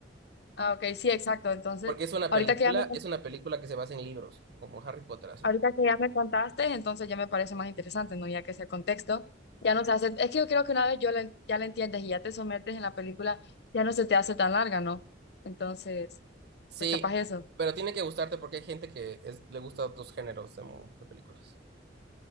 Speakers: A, on the left (about 60°); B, on the right (about 60°).
A: Ah, ok, sí, exacto. Entonces,
B: Porque es una
A: ahorita
B: película,
A: que ya me...
B: es una película que se basa en libros, como Harry Potter, así.
A: Ahorita que ya me contaste, entonces ya me parece más interesante, ¿no? Ya que ese contexto ya no se hace, es que yo creo que una vez yo la- ya la entiendes y ya te sometes en la película, ya no se te hace tan larga, ¿no? Entonces,
B: Sí,
A: pues capaz eso.
B: pero tiene que gustarte porque hay gente que es- le gusta otros géneros de, mu- de películas.